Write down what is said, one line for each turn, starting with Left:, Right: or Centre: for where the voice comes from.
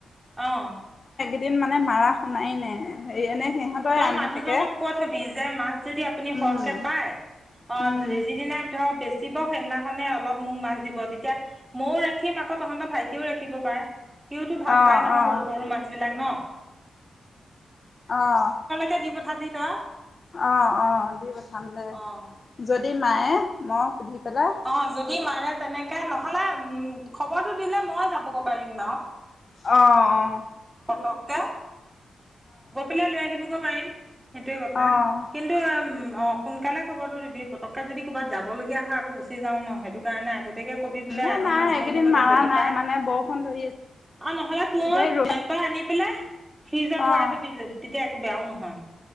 Right: অহ'
Left: এদিন মানে মাৰা শুনাই নাই সেই এনে সিহঁতই
Right: তই
Left: আনি
Right: মানুহজনক
Left: থাকে।
Right: কৈ থবি যে মাছ যদি আপুনি
Left: উম,
Right: সৰহকে পায়, অ',
Left: উম,
Right: যি-যিদিনাই ধৰ বেছি সি বাও সেইদিনাখনে অলপ মোক মাছ দিব। তেতিয়া মইও ৰাখিম, আকৌ তহঁত ভাইটিও ৰাখিব পাৰে। সিওটো ভাল
Left: অ',
Right: পাই নহয়
Left: অ',
Right: সৰু সৰু মাছ বিলাক ন?
Left: অ'।
Right: তে দি পঠাবি তই
Left: অ', অ', দি পঠাম দে।
Right: অঁ
Left: যদি মায়ে মই সুধি পেলাই
Right: অ'! যদি মাৰে তেনেকে নহ নহ'লে, উম! খবৰটো দিলে মই যাবগৈ পাৰিম ন'।
Left: অঁ! অঁ!
Right: <unintelligible> গৈ পেলাই লৈ আহিব। <unintelligible> সেইটোৱে কথা
Left: অ',
Right: কিন্তু, অ'! সোনকালে খবৰটো দিবি পতককে যদি ক'বাত যাব লগীয়া হয় আকৌ গুচি যাওঁ ন'। সেইটো কাৰণে গতিকে, ক'বি বোলে
Left: এ
Right: আজি
Left: নাই
Right: মাছ
Left: এইকেইদিন
Right: মাৰিব গৈছে,
Left: মাৰা
Right: যদি
Left: নাই
Right: পাই
Left: মানে বৰষুণ ধৰি
Right: আৰু নহ'লে
Left: আছে
Right: তোৰ
Left: যে ৰ'দ
Right: তই আনি পেলাই ফ্ৰিজত ভৰাই
Left: অ',
Right: থবি যে, তেতিয়া একো বেয়াও নহয়।